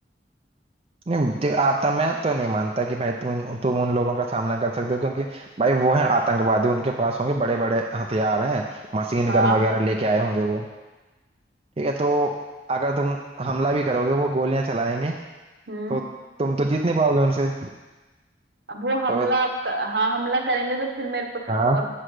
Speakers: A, on the right; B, on the right.
A: नहीं देख आता मैं तो नहीं मानता कि भाई तुम इन- तुम उन लोगों का सामना कर सकते हो क्योंकि भाई वो है आतंकवादी उनके पास होंगे बड़े बड़े हथियार हैं मशीन
B: हाँ
A: गन वगैरह लेके आए होंगे वो ठीक है तो अगर तुम हमला भी करोगे वो गोलियां चलाएंगे
B: हम्म
A: तो तुम तो जीत नहीं पाओगे उनसे
B: अब वो हमला
A: तो
B: क- हाँ हमला करेंगे तो फिर मेरे प-
A: हाँ
B: और